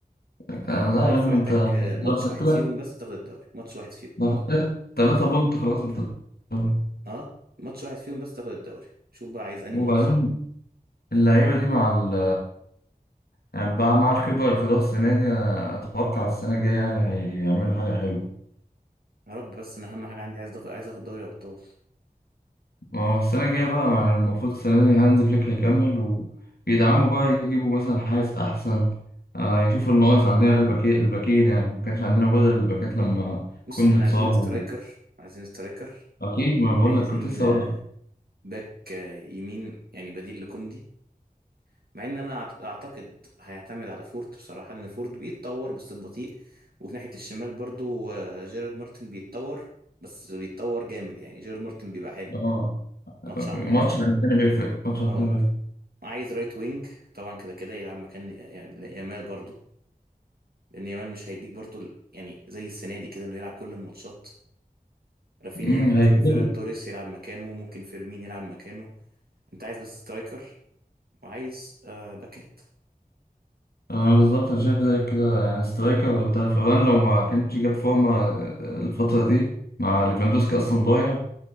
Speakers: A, on the left; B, on the right.
A: آه لا
B: انت
A: يا عم
B: بس محتاج
A: انت
B: آه، ماتش
A: لو خدت
B: واحد
A: لك
B: فيهم بس تاخد الدوري ماتش واحد فيهم
A: ده ثلاثة بونت خلاص انت بتتطور.
B: اه ماتش واحد فيهم بس تاخد الدوري شوف بقى عايز انهي
A: وبعدين
B: ماتش
A: اللعيبة دي مع ال يعني مع مع الخبرة اللي خدوها السنة دي أنا أتوقع السنة الجاية يعني هيعملوا حاجة حلوة
B: يا رب بس انا اهم حاجة عندي عايز اخد عايز اخد دوري ابطال
A: ما هو السنة الجاية بقى يعني المفروض السنة دي هانز فليك هيكمل ويدعموا بقى يجيبوا مثلا حارس أحسن آه يشوفوا الناقص عندنا الباكين الباكين يعني ما كانش عندنا بدل الباكات لما
B: بص
A: كنت
B: احنا
A: اتصاب
B: عايزين سترايكر
A: و...
B: عايزين سترايكر
A: أكيد ما بقول
B: عايزين
A: لك كنت لسه هقول لك
B: باك آه، يمين يعني بديل لكوندي مع ان انا أعت- اعتقد هيعتمد على فورت بصراحه لان فورت بيتطور بس ببطيء وفي ناحيه الشمال برضو آه، جيرارد مارتن بيتطور بس بيتطور جامد يعني جيرارد مارتن بيبقى حلو
A: آه
B: ماتش عن ماتش
A: ماتش عن التاني بيفرق ماتش عن
B: اه
A: التاني بيفرق
B: عايز رايت وينج طبعا كده كده يلعب مكان يعني لا- يامال برضو لان يامال مش هيديك برضو ال- يعني زي السنه دي كده انه يلعب كل الماتشات رافينيا
A: أمم،
B: ممكن
A: هيفيد
B: فيران توريس يلعب مكانه ممكن فيرمين يلعب مكانه انت عايز بس سترايكر وعايز آه باكات
A: اه بالظبط انا شايف زيك كده يعني سترايكر انت فران لو ما كانش جاب فورمه الفتره دي مع ليفاندوسكي اصلا ضايع